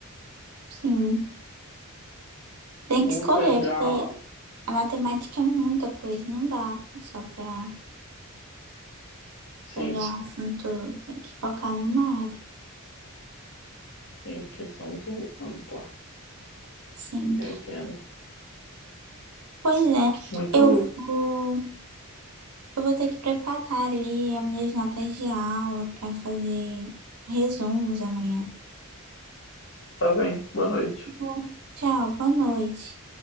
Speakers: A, on the right (about 80°); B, on the left (about 55°).
A: sim. Tem
B: Outro
A: que escolher,
B: é de ah,
A: porque a matemática é muita coisa, não dá só para
B: sim,
A: pegar assim tudo. Tem que focar numa área.
B: sim, questão muito ampla.
A: Sim.
B: Eu entendo.
A: Pois é,
B: Muito.
A: eu vou, eu vou ter que preparar ali as minhas notas de aula para fazer resumos amanhã.
B: Tá bem, boa noite.
A: Tá bom? Tchau, boa noite.